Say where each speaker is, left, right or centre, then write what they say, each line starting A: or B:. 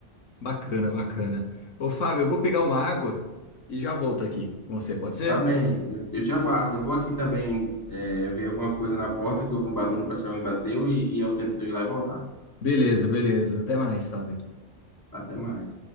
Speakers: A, on the left (about 85°); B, on the left (about 15°).
A: Bacana, bacana. Ô, Fábio, eu vou pegar uma água e já volto aqui com você, pode ser?
B: Tá bem, eu, eu te aguardo. Eu vou aqui também é, ver alguma coisa na porta que houve um barulho, parece que alguém bateu e, e é o tempo de eu ir lá e voltar.
A: Beleza, beleza. Até mais, Fábio.
B: Até mais.